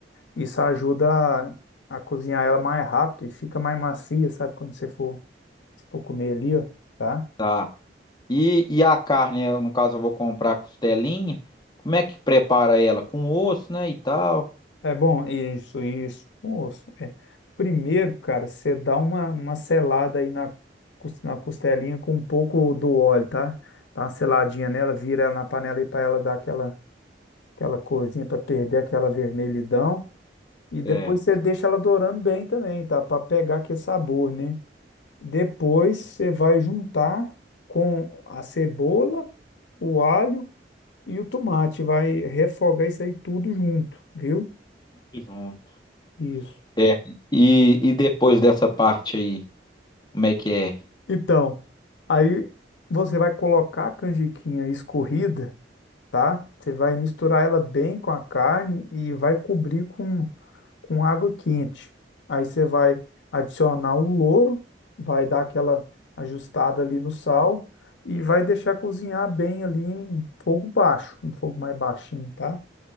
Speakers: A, on the left (about 85°); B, on the left (about 25°).
A: Isso ajuda a, a cozinhar ela mais rápido e fica mais macia, sabe? Quando você for, se for comer ali, ó, tá?
B: Tá. E, e a carne, eu, no caso, eu vou comprar costelinha. Como é que prepara ela? Com osso, né, e tal?
A: É bom, isso, isso. Moço, é. Primeiro, cara, você dá uma, uma selada aí na, cos- na costelinha com um pouco do óleo, tá? Dá uma seladinha nela, vira ela na panela aí pra ela dar aquela aquela corzinha para perder aquela vermelhidão. E depois
B: Certo.
A: você deixa ela dourando bem também, tá? Para pegar aquele sabor, né? Depois
B: Uhum,
A: você vai juntar com a cebola, o alho e o tomate. Vai refogar isso aí tudo junto, viu?
B: tudo Junto.
A: Isso.
B: Certo. E, e depois dessa parte aí, como é que é?
A: Então, aí você vai colocar a canjiquinha escorrida. tá? Você vai misturar ela bem com a carne e vai cobrir com, com água quente. Aí você vai adicionar o louro, vai dar aquela ajustada ali no sal e vai deixar cozinhar bem ali em fogo baixo, um fogo mais baixinho, tá?